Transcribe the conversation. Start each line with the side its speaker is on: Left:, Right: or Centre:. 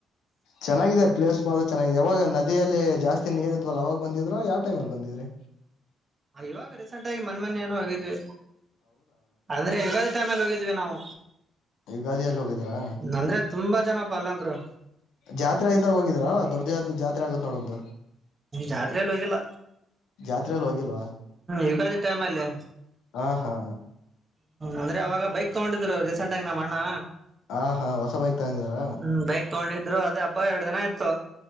Left: ಚೆನ್ನಾಗಿದೆ ಪ್ಲೇಸ್ ಬಹಳ ಚೆನ್ನಾಗಿದೆ ಯಾವಾಗ ನ ನದಿಯಲ್ಲಿ ಜಾಸ್ತಿ ನೀರ್ ಇದ್ವಲ್ಲ ಅವಾಗ್ ಬಂದಿದ್ರು ಯಾವ ಟೈಮ್ ಅಲ್ಲಿ ಬಂದಿದ್ರಿ.
Right: ಇವಾಗ ರೀಸೆಂಟ್ ಆಗಿ ಮೋನ್ ಮೊನೆ ಏನೋ ಹೋಗಿದ್ವಿ ಅಂದ್ರೆ ಯುಗಾದಿ ಟೈಮಲ್ಲಿ ಹೋಗಿದ್ವಿ ನಾವು
Left: ಯುಗಾದಿ ಅಲ್ಲಿ ಹೋಗಿದ್ರಾ
Right: ಅಂದ್ರೆ ತುಂಬಾ ಜನ ಅಲ್ಲಂತ್ರು
Left: ಜಾತ್ರೆ ಆಯತ ಹೋಗಿದ್ರಾ ದೊಡ್ಡ ಜಾತ್ರೆ, ಜಾತ್ರೆ ಆಗತ್ ನೋಡಂತ
Right: ಜಾತ್ರೆ ಎಲ್ ಹೋಗಿಲ್ಲ
Left: ಜಾತ್ರೆಯಲ್ಲಿ ಹೋಗಿಲ್ವಾ
Right: ಯುಗಾದಿ ಟೈಮಲ್ಲಿ
Left: ಹಾ ಹಾ
Right: ಅಂದ್ರೆ ಅವಾಗ ಬೈಕ್ ತಗೊಂಡಿದ್ರು ರೀಸೆಂಟ್ ಆಗಿ ನಮ್ಮ ಅಣ್ಣಾ
Left: ಹಾ ಹಾ ಹೊಸ ಬೈಕ್ ತಗಂದಿದ್ರ
Right: ಹ್ಮ್ ಬೈಕ್ ತಗೊಂಡಿದ್ರು ಅದೇ ಹಬ್ಬ ಎರಡು ದಿನ ಇತ್ತು